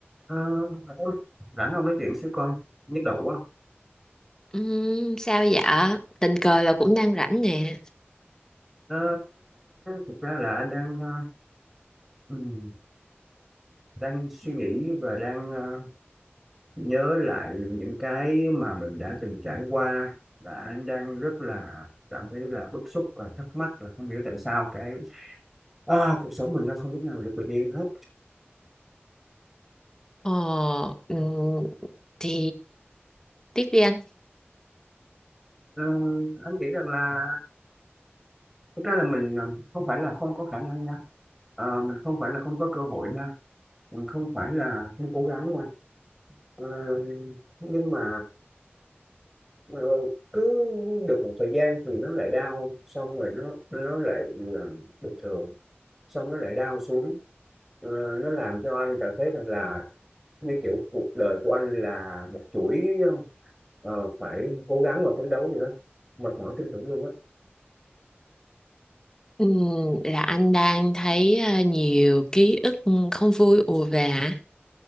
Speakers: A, in the centre; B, on the left.
A: Ờ, em rảnh không nói chuyện xíu con nhức đầu quá
B: Ừm, sao dạ? Tình cờ là cũng đang rảnh nè.
A: Ờ, thực ra là anh đang ờ, ừm, đang suy nghĩ và đang ờ, nhớ lại những cái mà mình đã từng trải qua và anh đang rất là cảm thấy là bức xúc và thắc mắc là không hiểu tại sao cái à, cuộc sống mình nó không lúc nào được bình yên hết
B: Ờ, ừm, thì tiếp đi anh.
A: Ờ, anh nghĩ rằng là thực ra là mình ờ, không phải là không có khả năng nha Ờ, mình không phải là không có cơ hội nha mình không phải là không cố gắng nha Ờ, nhưng mà ờ, cứ được một thời gian thì nó lại đau xong rồi nó nó lại ờ, bình thường xong nó lại đau xuống Ờ, nó làm cho anh cảm thấy rằng là như kiểu cuộc đời của anh là một chuỗi ờ, phải cố gắng và phấn đấu gì đó mệt mỏi tinh thần luôn á
B: Ừm, là anh đang thấy ờ, nhiều ký ức không vui ùa về hả?